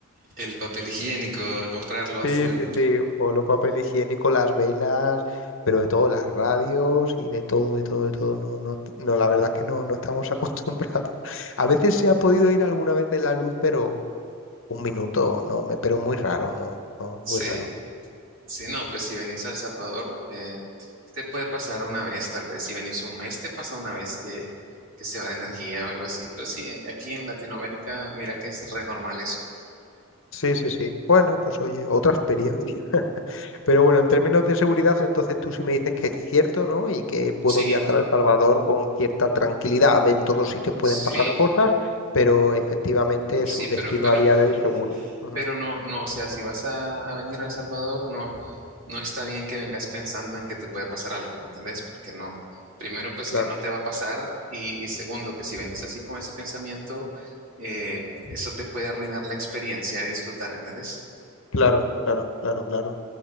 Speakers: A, on the right (about 65°); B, on the left (about 65°).
A: el papel higiénico, a comprarlo a
B: Sí,
A: full.
B: sí, sí. Voló papel higiénico, las velas, pero de todo, las radios y de todo, de todo, de todo. No, no, no, la verdad es que no, no estamos <laughs> acostumbrados. A veces se ha podido ir alguna vez de la luz, pero un minuto, no, me, pero muy raro, no, no, muy
A: Sí,
B: raro.
A: sí, no, pues si venís a El Salvador, eh, te puede pasar una vez, tal vez. Si venís un mes, te pasa una vez que, que se va de energía o algo así. Pero sí, aquí en Latinoamérica, mira que es re normal eso.
B: Sí, sí, sí. Bueno, pues oye, otra experiencia. Pero bueno, en términos de seguridad, entonces tú sí me dices que es cierto, ¿no? Y que puedo
A: Sí,
B: viajar a El Salvador con cierta tranquilidad. En todos sitios pueden
A: sí,
B: pasar cosas, pero efectivamente
A: sí,
B: es un
A: pero,
B: destino
A: pero
B: a día de hoy seguro. Ujú,
A: Pero no, no, o sea, si vas a, a venir a El Salvador, no, no está bien que vengas pensando en que te puede pasar algo, ¿entendés? Porque no, primero pues
B: Claro,
A: que no te va a pasar y, y segundo que si venís así con ese pensamiento, eh, eso te puede arruinar la experiencia de disfrutar, ¿entendés?
B: claro, claro, claro, claro.